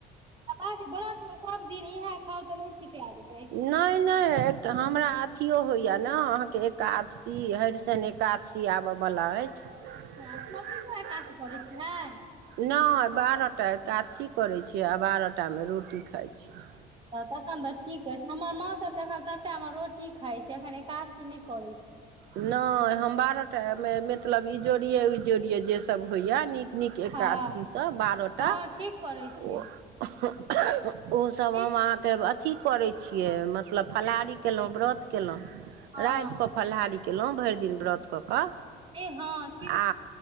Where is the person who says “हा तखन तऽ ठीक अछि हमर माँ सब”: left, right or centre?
Right